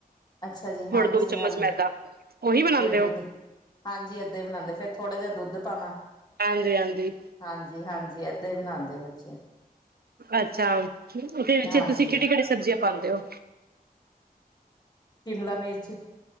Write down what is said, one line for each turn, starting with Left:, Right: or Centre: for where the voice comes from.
Left: ਅੱਛਾ ਜੀ।
Right: ਥੋੜੇ
Left: ਹਾਂਜੀ-ਹਾਂਜੀ
Right: ਦੋ ਚਮਚ ਮੈਦਾ
Left: ਫਿਰ
Right: ਉਹੀ ਬਣਾਉਂਦੇ
Left: ਦੁੱਧ
Right: ਹੋ
Left: ਹਾਂਜੀ, ਏਦਾ ਬਣਾਦੇ ਫੇਰ ਥੋੜਾ ਜਿਹਾ ਦੁੱਧ ਪੰਨਾ
Right: ਹਾਂਜੀ ਹਾਂਜੀ
Left: ਹਾਂਜੀ- ਹਾਂਜੀ। ਤੇ ਬਣਾਦੇ ਬੱਚੇ।
Right: ਅੱਛਾ, ਉਹਦੇ ਵਿੱਚ
Left: ਹਾਂਜੀ
Right: ਤੁਸੀਂ ਕਿਹੜੀ-ਕਿਹੜੀ ਸਬਜ਼ੀਆਂ ਪਾਂਦੇ ਹੋ।
Left: ਸ਼ਿਮਲਾ ਮਿਰਚ